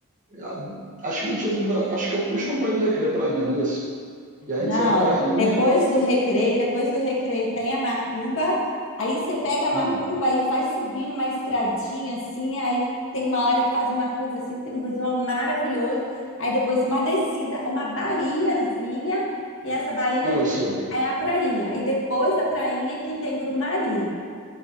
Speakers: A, on the right; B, on the left.
A: Ah, Acho que a gente saiu da, acho que a última praia do recreio é prainha, não é isso? E aí
B: Não,
A: a gente saiu da prainha.
B: depois do recreio, depois do recreio tem a macumba, aí você pega a
A: Ah,
B: macumba e vai subindo uma estradinha assim, aí tem uma hora que faz uma curva assim, que tem um visual maravilhoso, aí depois uma descida, uma baiazinha, e essa baía
A: isso.
B: é a prainha, e depois da prainha que tem Grumari,